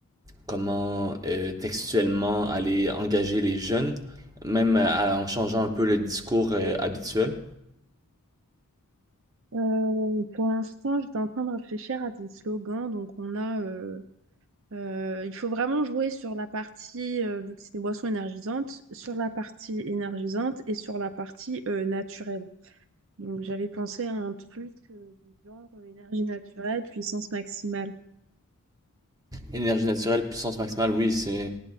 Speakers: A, on the right (about 15°); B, on the right (about 60°).
A: comment euh, textuellement aller engager les jeunes, même euh, en changeant un peu le discours euh, habituel?
B: Euh, pour l'instant, j'étais en train de réfléchir à des slogans. Donc, on a. euh, euh, il faut vraiment jouer sur la partie, euh, vu que c'est des boissons énergisantes, sur la partie énergisante et sur la partie euh, naturelle. Donc, j'avais pensé à un truc euh, du genre euh, énergie naturelle, puissance maximale.
A: Énergie naturelle, puissance maximale, oui, c'est